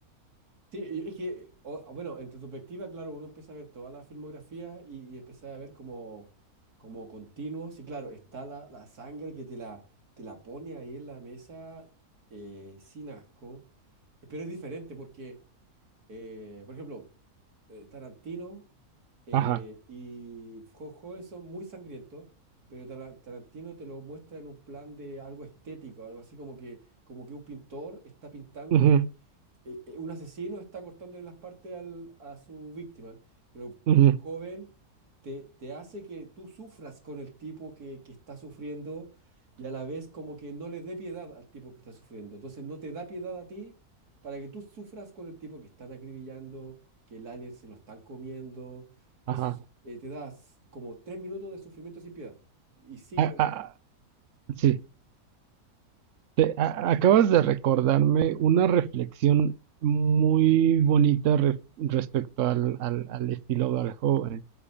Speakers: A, on the right (about 75°); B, on the right (about 60°).
A: Sí, y es que, o- ah, bueno, en retrospectiva, claro, uno empieza a ver toda la filmografía y, y empieza a ver como, como continuos. Y claro, está la, la sangre que te la, te la pone ahí en la mesa eh, sin asco. eh, Pero es diferente porque, eh, por ejemplo, eh, Tarantino eh,
B: Ajá.
A: y Jo- Joven son muy sangrientos, pero Tara- Tarantino te lo muestra en un plan de algo estético, algo así como que, como que un pintor está pintando
B: ujú,
A: eh, eh, un asesino está cortándole las partes al- a su víctima, pero
B: ujú,
A: por joven te, te hace que tú sufras con el tipo que, que está sufriendo y a la vez como que no le dé piedad al tipo que está sufriendo. Entonces no te da piedad a ti para que tú sufras con el tipo que están acribillando, que el alien se lo están comiendo. Es,
B: ajá.
A: eh, te das como tres minutos de sufrimiento sin piedad. Y sigue,
B: Ah, ah, sí. Te- a- acabas de recordarme una reflexión muy bonita re- respecto al, al, al estilo de joven